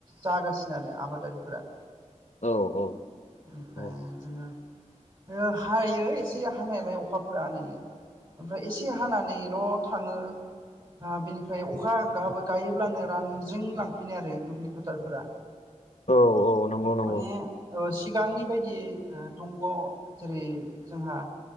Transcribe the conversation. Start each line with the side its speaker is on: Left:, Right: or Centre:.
Right: जागासिनो आरो आबादारिफोरा
Left: औ औ।
Right: ओमफ्राय
Left: औ
Right: जोङो हायो एसे हानायालाय अखाफोरा नै ओमफ्राय एसे हानानैल' थाङो ओ बिनिफ्राय अखा गाहाबो गायोब्लानो रानजों लांफिनो आरो दुब्लि फटारफोरा
Left: औ औ नंगौ नंगौ
Right: माने ओ सिगांनि बायदि दंग' जेरै जोंहा।